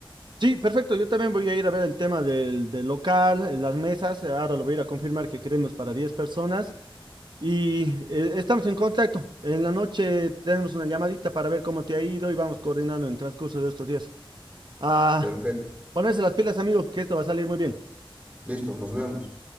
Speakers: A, on the right; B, on the right.
A: Sí, perfecto. Yo también voy a ir a ver el tema del, del local, eh, las mesas. eh, Ahora lo voy a ir a confirmar que queremos para 10 personas. Y eh, estamos en contacto. En la noche tenemos una llamadita para ver cómo te ha ido y vamos coordinando en el transcurso de estos días. Ah,
B: Perfecto,
A: ponerse las pilas, amigo, que esto va a salir muy bien.
B: listo, nos vemos.